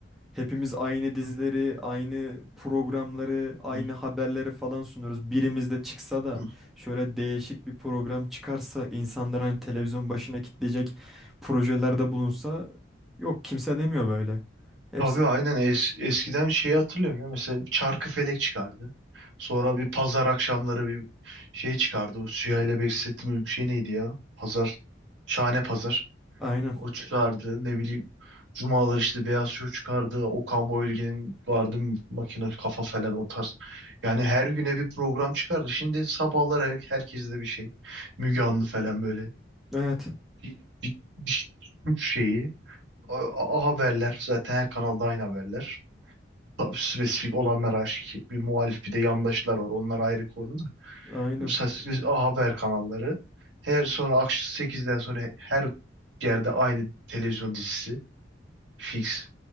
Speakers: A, in the centre; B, on the right.
A: Hepimiz aynı dizileri,
B: Hı,
A: aynı programları, aynı
B: hı,
A: haberleri falan sunuyoruz. Birimiz de çıksa da
B: hı.
A: şöyle değişik bir program çıkarsa, insanlar hani televizyon başına kitleyecek projelerde bulunsa Yok kimse demiyor böyle. Hepsi
B: Tabii aynen
A: biraz.
B: Es- eskiden şeyi hatırlıyorum ya mesela Çarkıfelek çıkardı. Sonra bir pazar akşamları bir şey çıkardı. O Süheyl ile Behzettin Uygun şey neydi ya? Pazar. Şahane Pazar.
A: Aynen.
B: O çıkardı. Ne bileyim Cumalar işte Beyaz Şov çıkardı. Okan Bayülgen'in vardı makine kafa falan o tarz. Yani her güne bir program çıkardı. Şimdi sabahlar her, herkes de bir şey. Müge Anlı falan böyle.
A: Evet.
B: Bir, bir, bir şeyi. A- a- haberler. Zaten her kanalda aynı haberler. Tabii spesifik olanlar aşikar. Bir muhalif bir de yandaşlar var. Onlar ayrı konuda.
A: Aynen.
B: Spesifik A Haber kanalları. Her sonra akşam sekizden sonra her yerde aynı televizyon dizisi. Fix.